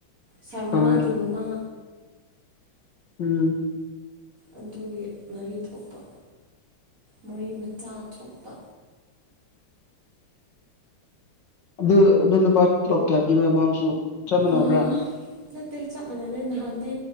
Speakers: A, on the right; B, on the left.
A: ꯁꯥꯔ ꯃꯃꯥꯒꯤ
B: ꯍꯣꯏ
A: ꯃꯃꯥ
B: ꯎꯝ
A: ꯑꯗꯨꯒꯤ ꯃꯔꯤ ꯊꯣꯛꯄ ꯃꯔꯤ ꯃꯆꯥ ꯊꯣꯛꯄ
B: ꯑꯗꯨ ꯑꯗꯨ ꯅꯨꯄꯥ ꯇꯂꯣꯞ ꯀꯌꯥ ꯄꯤꯕ꯭ꯔꯥ ꯃꯥꯕꯨꯁꯨ ꯆꯞ ꯃꯥꯟꯅꯕ꯭ꯔꯥ
A: ꯃꯥ ꯅꯠꯇꯦ ꯆꯞ ꯃꯥꯟꯅꯗꯦ ꯅꯍꯥꯟꯗꯤ